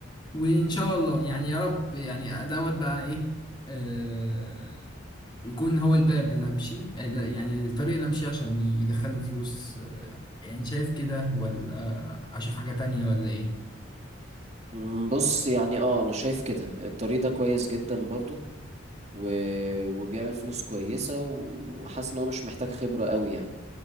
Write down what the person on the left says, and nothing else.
وان شاء الله يعني يا رب يعني دوت بقى ايه آه، يكون هو الباب اللي همشيه يعني الطريق اللي همشيه عشان يدخل فلوس آه، يعني شايف كده ولا اشوف حاجة تانية ولا ايه